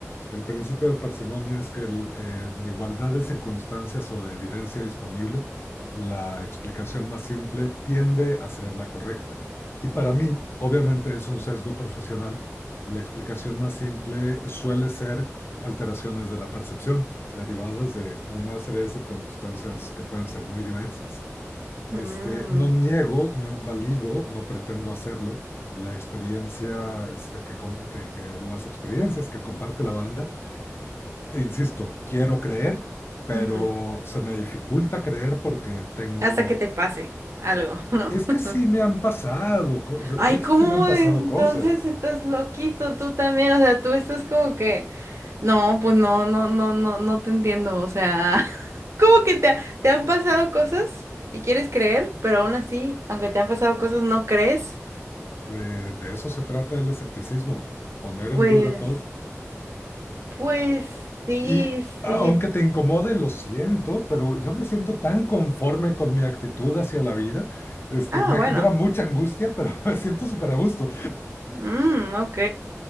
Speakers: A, on the left (about 50°); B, on the right (about 65°).
A: El principio de parsimonia es que el- eh, en igualdad de circunstancias o de evidencia disponible, la explicación más simple tiende a ser la correcta. Y para mí, obviamente es un sesgo profesional, la explicación más simple suele ser alteraciones de la percepción derivadas de una serie de circunstancias que pueden ser muy diversas. Este,
B: Mm,
A: no niego, no invalido, no pretendo hacerlo. La experiencia, este, que, com- que, que las experiencias que comparte la banda, e insisto, quiero creer, pero
B: ujú.
A: se me dificulta creer porque tengo,
B: hasta que te pase algo, ¿no?
A: es
B: <laughs>
A: que sí me han pasado cosas,
B: Ay,
A: de hecho
B: ¿cómo
A: sí me han pasado
B: entonces
A: cosas.
B: estás loquito tú también? O sea, tú estás como que, no, pues no, no, no, no, no te entiendo. O sea, <laughs> como que te, ha- te han pasado cosas y quieres creer, pero aún así, aunque te han pasado cosas, no crees.
A: Eh, de eso se trata el escepticismo, poner
B: Pues,
A: en duda todo.
B: pues sí,
A: Y aunque
B: sí.
A: te incomode, lo siento, pero yo me siento tan conforme con mi actitud hacia la vida. Este,
B: Ah,
A: me
B: bueno.
A: genera mucha angustia, pero <laughs> me siento súper a gusto.
B: Mm, ok,